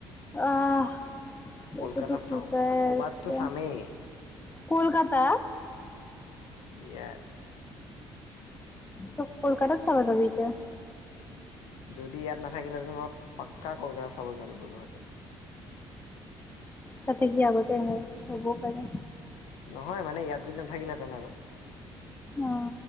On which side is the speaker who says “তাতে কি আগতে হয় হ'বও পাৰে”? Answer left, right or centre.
Left